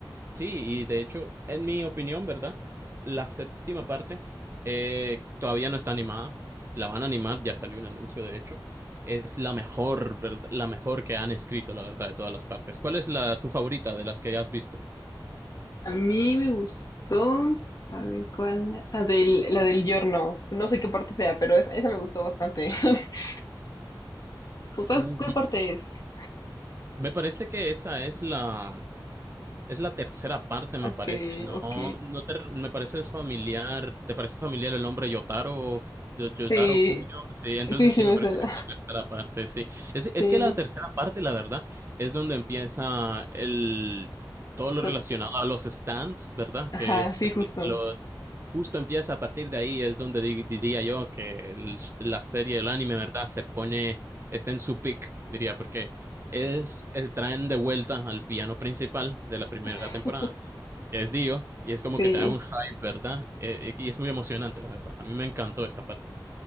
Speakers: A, on the right; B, on the left.
A: Sí, y de hecho, en mi opinión, ¿verdad? La séptima parte eh, todavía no está animada. La van a animar, ya salió un anuncio, de hecho. Es la mejor, ¿verdad? La mejor que han escrito, la verdad, de todas las partes. ¿Cuál es la tu favorita de las que has visto?
B: a mí me gustó, a ver cuál, la del, la del giorno, no sé qué parte sea, pero esa, esa me gustó bastante. <laughs> ¿Cu- ¿Cuál,
A: Ujú.
B: cuál parte es?
A: Me parece que esa es la Es la tercera parte, me
B: Ok,
A: parece. No,
B: ok,
A: no te, me parece familiar. ¿Te parece familiar el nombre Yotaro, de Yotaro
B: sí,
A: Kuyo? Sí, entonces
B: sí, sí
A: sí me
B: me
A: parece
B: suena,
A: que es la tercera parte, sí. Es, es
B: sí,
A: que la tercera parte, la verdad, es donde empieza el todo lo
B: la-
A: relacionado a los stands, ¿verdad?
B: ajá,
A: Que es
B: sí, justo,
A: lo justo empieza a partir de ahí, es donde di- diría yo que el- la serie, el anime, ¿verdad? Se pone, está en su peak, diría, porque es el traen de vuelta al piano principal de la primera
B: <laughs>
A: temporada, que es Dio, y es como
B: sí.
A: que te da un hype, ¿verdad? Eh, eh, y es muy emocionante, la verdad. A mí me encantó esa parte.